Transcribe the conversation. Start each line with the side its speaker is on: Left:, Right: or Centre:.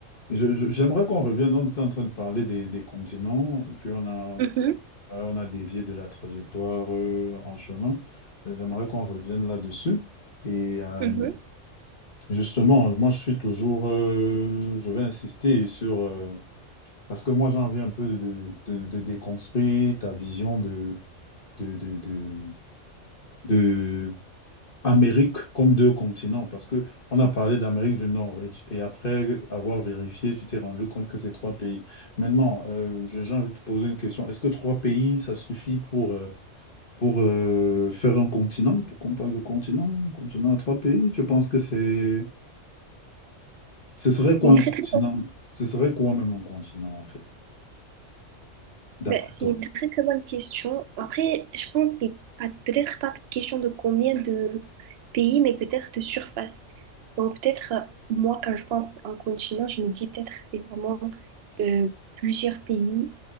Left: je- je- j'aimerais qu'on revienne. On était en train de parler des, des continents et puis on a,
Right: Mhm,
Left: euh, on a dévié de la trajectoire euh, en chemin. Euh, J'aimerais qu'on revienne là-dessus. Et euh,
Right: mhm.
Left: Justement, moi je suis toujours, euh, je vais insister sur, euh, parce que moi j'ai envie un peu de, de- de déconstruire ta vision de, de, de, de, de Amérique comme deux continents, parce que on a parlé d'Amérique du Nord et, tu- et après avoir vérifié, tu t'es rendu compte que c'est trois pays. Maintenant, euh, je- j'ai envie de te poser une question. Est-ce que trois pays, ça suffit pour, euh, pour euh, faire un continent, pour qu'on parle de continent, continent à trois pays? Je pense que c'est... Ce serait quoi
Right: Une
Left: un
Right: très,
Left: continent?
Right: très bonne-
Left: Ce serait quoi même un continent, en fait, d'après
Right: ben, c'est
Left: toi?
Right: une très très bonne question. Après, je pense que c'est pas peut-être pas question de combien de pays, mais peut-être de surface. Donc peut-être euh, moi quand je pense en continent, je me dis peut-être c'est vraiment euh, plusieurs pays